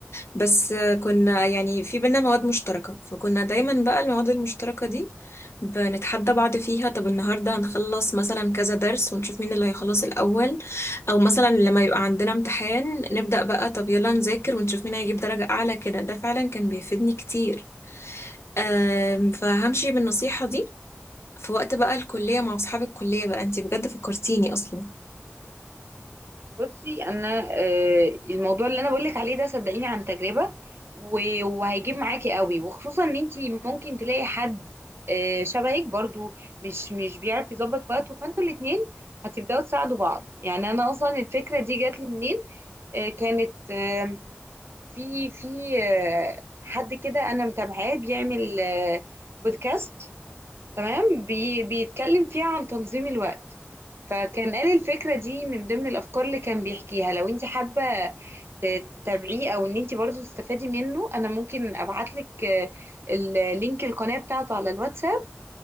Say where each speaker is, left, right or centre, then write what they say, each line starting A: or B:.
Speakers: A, on the left; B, on the right.
A: بس آه، كنا يعني في بينا مواد مشتركة فكنا دايما بقى المواد المشتركة دي بنتحدى بعض فيها طب النهاردة هنخلص مثلا كذا درس ونشوف مين اللي هيخلص الأول او مثلا لما يبقى عندنا امتحان نبدأ بقى طب يلا نذاكر ونشوف مين هيجيب درجة أعلى كده ده فعلا كان بيفيدني كتير آم، فهمشي بالنصيحة دي في وقت بقى الكلية مع أصحاب الكلية بقى انتي بجد فكرتيني أصلا
B: بصي انا آه، الموضوع اللي انا بقولك عليه ده صدقيني عن تجربة و- وهيجيب معاكي قوي وخصوصا ان انتي ممكن تلاقي حد آه، شبهك برضو مش مش بيعرف يظبط وقته فانتوا الاتنين هتبداوا تساعدوا بعض يعني انا اصلا الفكرة دي جات لي منين آه، كانت آه، في في آه، حد كده انا متابعاه بيعمل آه، بودكاست تمام بي بيتكلم فيها عن تنظيم الوقت فكان قال الفكرة دي من ضمن الأفكار اللي كان بيحكيها لو انت حابة ت- تتابعيه أو ان انت برضو تستفادي منه أنا ممكن أبعتلك آه، اللينك القناة بتاعته على الواتساب